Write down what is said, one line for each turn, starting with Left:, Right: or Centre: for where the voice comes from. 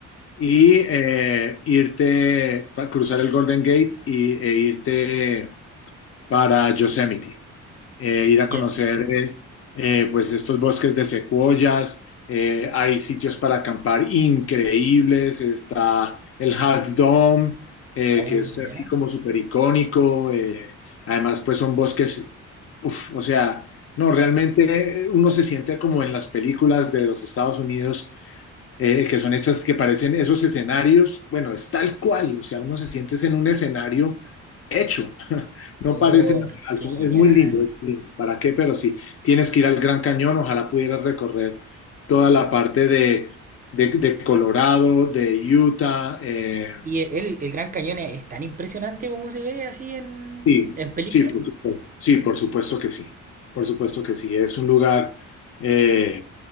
Left: y eh, irte, pa- cruzar el Golden Gate y, e irte para Yosemite eh, ir a conocer
Right: Ya.
Left: eh, eh, pues estos bosques de secuoyas, eh, hay sitios para acampar increíbles, está el Half Dome, eh,
Right: Oh,
Left: que es
Right: ya.
Left: así como súper icónico, eh, además pues son bosques, uf, o sea, no, realmente eh, uno se siente como en las películas de los Estados Unidos eh, que son hechas que parecen esos escenarios, bueno, es tal cual, o sea, uno se siente en un escenario hecho, <laughs> no
Right: Oh,
Left: parece natural,
Right: qué
Left: son-
Right: genial.
Left: es muy lindo, es muy lindo. ¿para qué? Pero sí, tienes que ir al Gran Cañón, ojalá pudieras recorrer toda la parte de, de- de Colorado, de Utah, eh,
Right: ¿Y el, el Gran Cañón es tan impresionante como se ve así en,
Left: sí,
Right: en película?
Left: sí, por supuesto, sí, por supuesto que sí, por supuesto que sí, es un lugar... eh,